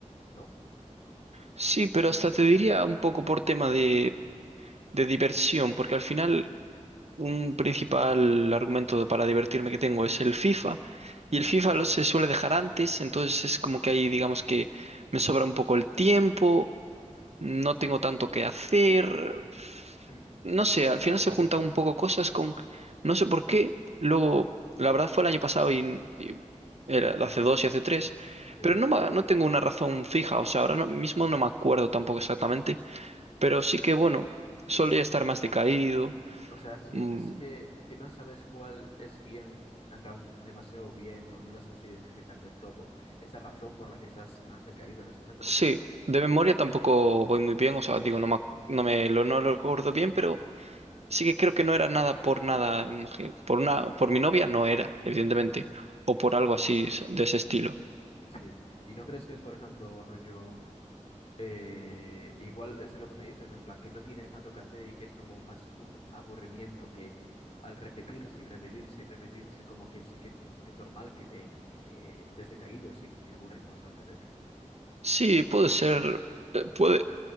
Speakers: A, on the left; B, on the right.
A: ¿no?
B: Sí, pero hasta te diría un poco por tema de, de diversión, porque al final un principal argumento para divertirme que tengo es el FIFA y el
A: Sí.
B: FIFA lo- se suele dejar antes, entonces es como que ahí digamos que me sobra un poco el tiempo, no tengo tanto que hacer,
A: Mm.
B: no sé,
A: O
B: al
A: sea,
B: final
A: como
B: se juntan
A: que,
B: un poco cosas con, no sé por qué, luego, la verdad fue el año pasado y, y era hace dos y hace tres,
A: sí.
B: pero no, ma- no tengo una razón fija, o sea, ahora no- mismo no me acuerdo tampoco exactamente, pero sí que bueno, solía estar más decaído.
A: O sea, sientes
B: mm,
A: que, que no sabes cuál es bien, en plan, demasiado bien, o no la sabes identificar del todo, esa razón por la que estás más decaído en esas épocas.
B: Sí, de memoria tampoco voy muy bien, o sea, digo, no me, ac- no me lo, no lo recuerdo bien, pero sí que creo que no era nada por nada, mujer- por
A: Y,
B: una,
A: y,
B: por
A: y-
B: mi novia no era, evidentemente,
A: mm,
B: o por algo así s- de ese estilo.
A: sí. ¿Y no crees que es, por ejemplo, rollo... Eh, igual es lo que me dices, en plan que no tienes tanto que hacer y que es como más un aburrimiento que al repetirse y repetirse y repetirse, como que sí que es normal que te, que te estés decaído si te aburres constantemente.
B: Sí, puede ser, eh, puede